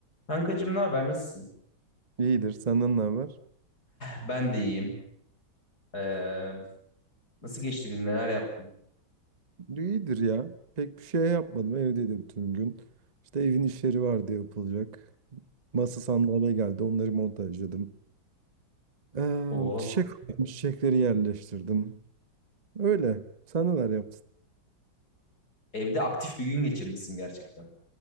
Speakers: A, on the left (about 50°); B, on the right (about 25°).
A: Kankacığım ne haber? Nasılsın?
B: İyidir. Senden ne haber?
A: Ben de iyiyim. Ee, nasıl geçti gün? Neler yaptın?
B: İyidir ya. Pek bir şey yapmadım. Evdeydim tüm gün. İşte evin işleri vardı yapılacak. Masa sandalye geldi. Onları montajladım. Ee,
A: Oo.
B: çiçek aldım, çiçekleri yerleştirdim. Öyle. Sen neler yaptın?
A: Evde aktif bir gün geçirmişsin gerçekten.